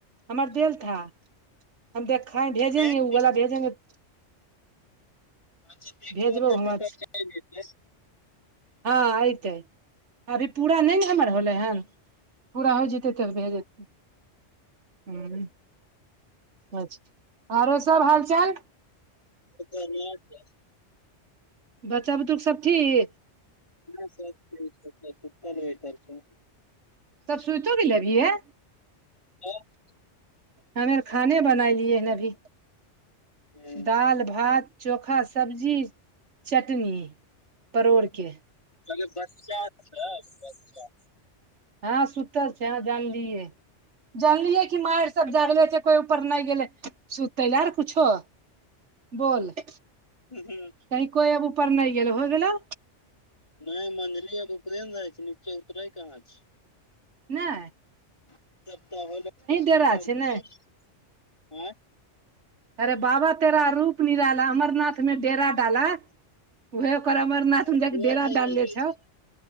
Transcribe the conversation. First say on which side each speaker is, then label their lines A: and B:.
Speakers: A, on the right; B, on the left.
A: हमर देल था हम देख खैर भेजेंगे
B: बैंक
A: ओ बला भेजेंगे।
B: अच्छा देखबहो
A: भेजबौ
B: तऽ
A: हुच
B: ककर छै आबि जेतै।
A: हँ ऐतै अभी पूरा नहि ने हमर होले हन पूरा हो जेतै तब भए जेतै ह। अच्छा, आरो सब हालचाल?
B: बढ़ियां छै।
A: बच्चा बुतरुक सब ठीक?
B: हॅं सब ठीक <unintelligible>
A: सब सुइतो गेलैय अभीये।
B: हॅं <unintelligible>
A: हम यर खाने बनेलियै अभी
B: अरे
A: दाल भात चोखा सब्जी चटनी परोर के।
B: कहलियै बच्चा छ बच्चा,
A: हॅं सुतल छै हॅं जानलियै। जानलियै की मैर सब जागले छै कोई ऊपर नै गेले सुतैयलै और कुछो।
B: <inaudible>
A: बोल कही
B: हँ
A: कोइ अब उपर नै गेलै होय गेलौ।
B: नहि मने नै अब उपरे में रहै छै नीचे उतरे कहां छै।
A: नै।
B: त कहन
A: डेरा छै
B: <unintelligible>
A: ने
B: आंय
A: अरे बाबा तेरा रूप निराला अमरनाथ में डेरा डाला। उहे पर अमरनाथ
B: खानो
A: मे जाके
B: नहि
A: डेरा डालने
B: बनबै
A: छौ